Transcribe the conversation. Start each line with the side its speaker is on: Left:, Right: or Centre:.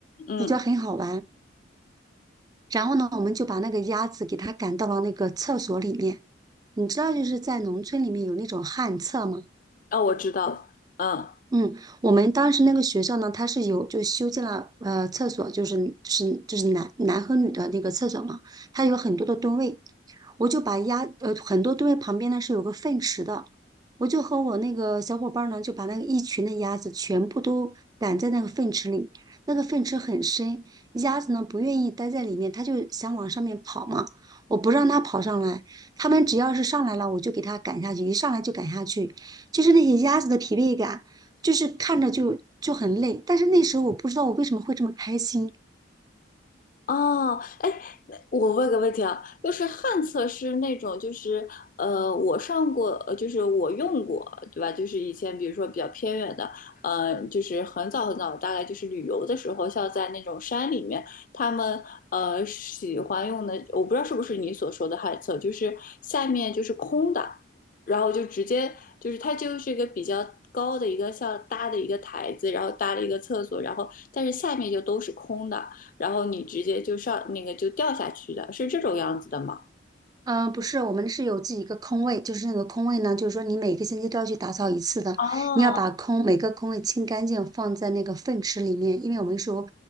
Left: 嗯，
Right: 比较很好玩。然后呢，我们就把那个鸭子给它赶到了那个厕所里面。你知道，就是在农村里面有那种旱厕吗？
Left: 哦，我知道，嗯。
Right: 嗯，我们当时那个学校呢，它是有就修建了呃厕所，就是是就是男男和女的那个厕所嘛，它有很多的蹲位，我就把鸭呃很多蹲位旁边呢是有个粪池的，我就和我那个小伙伴儿呢就把那个一群的鸭子全部都赶在那个粪池里，那个粪池很深，鸭子呢不愿意待在里面，它就想往上面跑嘛，我不让它跑上来，它们只要是上来了，我就给它赶下去，一上来就赶下去，就是那些鸭子的疲惫感。就是看着就就很累。但是那时候我不知道我为什么会这么开心。
Left: 哦，哎，那我问个问题啊，就是旱厕是那种，就是呃，我上过，呃，就是我用过，对吧？就是以前比如说比较偏远的，呃，就是很早很早，大概就是旅游的时候，像在那种山里面，他们呃喜欢用的，我不知道是不是你所说的旱厕，就是下面就是空的，然后就直接就是它就是一个比较高的一个像搭的一个台子，然后搭了一个厕所，然后但是下面就都是空的。然后你直接就上那个就掉下去的，是这种样子的吗？
Right: 嗯、不是，我们是有自己一个空位，就是那个空位呢，就是说你每个星期都要去打扫一次的，
Left: 哦，
Right: 你要把空每个空位清干净，放在那个粪池里面，因为我们是有